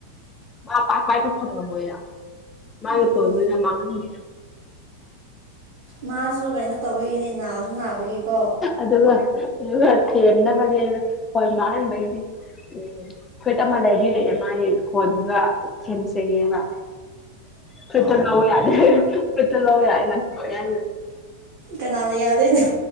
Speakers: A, on the left; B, on the right.
A: ꯃꯥ ꯄꯥꯛ ꯄꯥꯏꯄ ꯐꯪꯉꯝꯃꯣꯏꯔ ꯃꯥꯒꯤ
B: ꯎꯝ
A: ꯐꯣꯟꯗꯨ
B: ꯎꯝ
A: ꯑꯣꯏꯅꯥ
B: ꯃꯥꯁꯨ ꯀꯩꯅꯣ ꯇꯧꯕꯒꯤꯅꯦ ꯅꯥꯁꯨ ꯅꯥꯕꯒꯤꯀꯣ
A: ꯑꯗꯨꯒ ꯊꯦꯝꯅꯕꯅꯦ ꯍꯣꯏ ꯃꯅꯥꯍꯟꯕꯩꯗꯤ ꯎꯝ ꯐꯨꯔꯤꯠ ꯑꯃ ꯂꯩꯕꯤꯔꯛꯑꯦ ꯃꯥꯒꯤ ꯐꯣꯟꯗꯨꯒ ꯁꯦꯝꯁꯩꯒꯦꯕ ꯐꯨꯔꯤꯠꯇꯨ ꯂꯧ ꯌꯥꯗꯦ ꯐꯔꯤꯠꯇꯨ ꯂꯧ ꯌꯥꯏꯦ ꯅ ꯌꯥ
B: ꯀꯅꯥꯅ ꯌꯥꯗꯣꯏꯅꯣ